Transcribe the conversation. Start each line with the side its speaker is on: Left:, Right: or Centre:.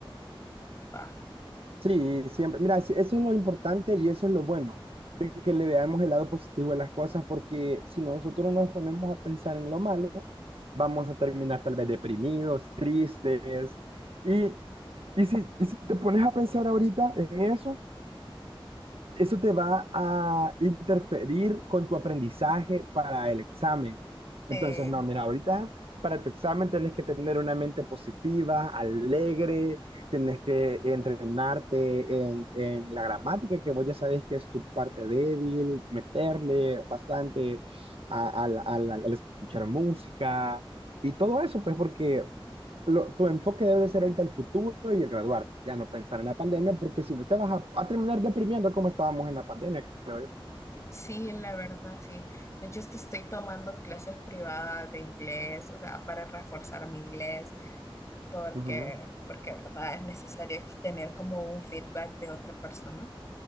Left: va.
Right: Sí, siempre. Mira, es- eso es lo importante y eso es lo bueno, de que le veamos el lado positivo de las cosas, porque si nosotros nos ponemos a pensar en lo malo, vamos a terminar tal vez deprimidos, tristes. Y, y si, y si te pones a pensar ahorita en eso, eso te va a interferir con tu aprendizaje para el examen.
Left: Sí,
Right: Entonces, no, mira, ahorita para tu examen tienes que tener una mente positiva, alegre, tienes que entrenarte en, en la gramática, que vos ya sabés que es tu parte débil, meterle bastante a- al al- al- al escuchar música y todo eso, pues porque lo- tu enfoque debe de ser ahorita el futuro y el graduarte, ya no pensar en la pandemia, porque si no te vas a, a terminar deprimiendo como estábamos en la pandemia, creo yo.
Left: Sí, la verdad, sí. De hecho, hasta estoy tomando clases privadas de inglés, o sea, para reforzar mi inglés, porque,
Right: Ujú.
Left: porque, verdad, es necesario tener como un feedback de otra persona